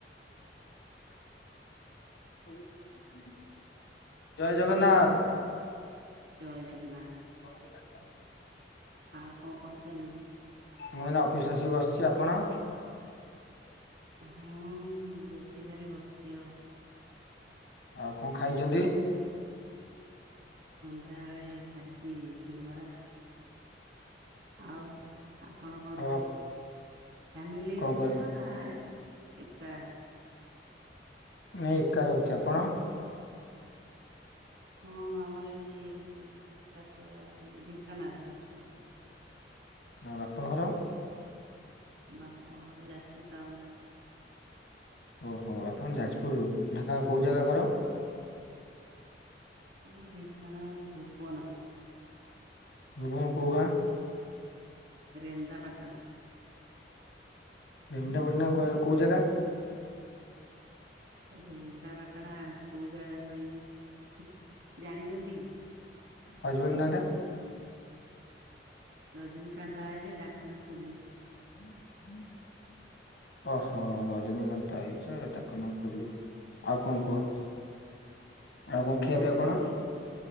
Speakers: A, on the left; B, on the right.
A: <inaudible> ଜୟ
B: hello
A: Jagannath
B: ଜୟ ଜଗନ୍ନାଥ।
A: <inaudible>
B: ଆଉ କଣ କରୁଛନ୍ତି?
A: ମୁଁ ଏଇନା ଅଫିସ ଆସିକି ବସିଛି ଆପଣ?
B: ହଁ ରୋଷେଇ ସାରିକି ବସିଛି ଆଉ।
A: ଆଉ କଣ ଖାଇଛନ୍ତି?
B: ସନ୍ଧ୍ୟାବେଳେ ଖାଇଛି ସିଙ୍ଗଡ଼ା। ଆଉ ଆପଣ ଙ୍କ ରୁ
A: ଅ
B: ଫ୍ୟାମିଲି
A: କଣ
B: ରହୁଛ
A: କହ
B: ନା ନା ଏକା?
A: ନାଇଁ ଏକା ରହୁଛି ଆପଣ?
B: ହଁ ଆମର ଏଠି ଶଶୁଘର ଅଛନ୍ତି ଢେଙ୍କାନାଳ ଶାଶୁଘର।
A: ଆଉ ବାପ ଘର?
B: ବାପଘର ଜାଜପୁର ଟାଉନ।
A: ଓହୋ ଆପଣ ଯାଜପୁରରୁ ଢେଙ୍କାନାଳ କୋଉ ଜାଗା ଘର?
B: ଆମର ଢେଙ୍କାନାଳ ଭୁବନ।
A: ଭୁବନ କୋଉ ଗାଁ?
B: ରେନ୍ଦା ପାଟଣା।
A: <unintelligible> କୋଉ ଜାଗା।
B: ରେଣନ୍ଦାପାଟଣା କୋଉ ଜାଗା କହିନି ଜାଣିଚନ୍ତି କି।
A: ହଜବେଣ୍ଟ ନାଟା।
B: ରଜନିକାନ୍ତ ଆଏଜେ ଡାକନା କୁଲୁ।
A: ହୁଁ ହୁଁ ଓହୋ ରଜନୀକାନ୍ତ ଆଇଚଡାକ ନା କୁଲୁ ଆଉ କଣ କୁଅ।
B: <inaudible>
A: ଆଉ କଣ ଖିଆ
B: ଜାଣିଛନ୍ତି?
A: ପିଆ କଣ।